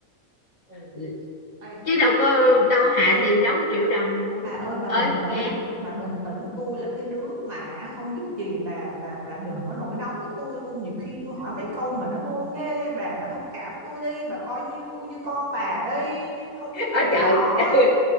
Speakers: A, on the right; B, on the left.
A: Ừ.
B: Ừ.
A: Ê,
B: chứ đâu có đâu hà
A: ê
B: thì đóng triệu đồng một
A: bà ơi bà
B: ơi
A: bình tĩnh
B: nghe
A: bà bình tĩnh tôi là cái đứa mà không biết gì bà bà bà đừng có nổi nóng với tôi tôi nhiều khi tôi hỏi mấy câu mà nó ngô nghê bà bà thông cảm tôi đi bà coi như tôi như con bà đi không biết
B: ở
A: gì
B: trời
A: nó hỏi
B: <laughs>